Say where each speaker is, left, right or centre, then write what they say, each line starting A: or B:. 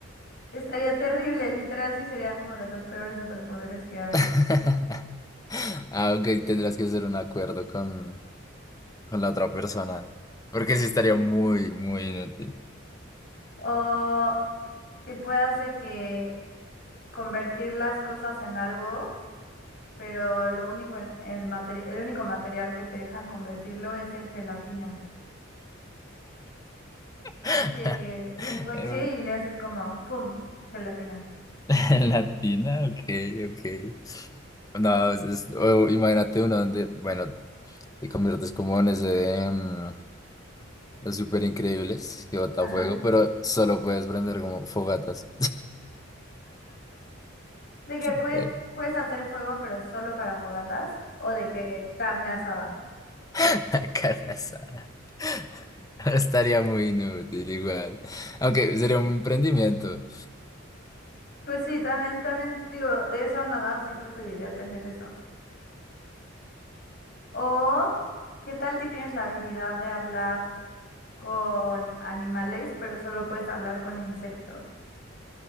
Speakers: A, on the left; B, on the left.
A: Estaría terrible, literal, sí sería como de los peores superpoderes que hay.
B: <laughs> Ah, ok, tendrás que hacer un acuerdo con, con la otra persona. Porque sí estaría
A: Ujú.
B: muy, muy inútil.
A: O que puedas de que convertir las cosas en algo, pero lo único en- el materi- el único material que te dejan convertirlo es en gelatina.
B: <laughs>
A: Así de que un coche
B: En-
A: y le haces como, ¡fum! gelatina.
B: <laughs> Latina, ok, ok. No, es- es- o imagínate uno donde, bueno, te conviertes como en ese de mm, los super increíbles que bota
A: Ajá.
B: fuego, pero solo puedes prender como fogatas.
A: De que puedes,
B: <laughs>
A: puedes hacer fuego, pero solo para fogatas, o de que carne asada.
B: <laughs> Carne asada. <laughs> Estaría muy inútil igual. Aunque sería un emprendimiento.
A: Pues sí, también, también digo, de eso a nada, sí preferiría tener eso. O, ¿qué tal que tienes la habilidad de hablar con animales, pero solo puedes hablar con insectos?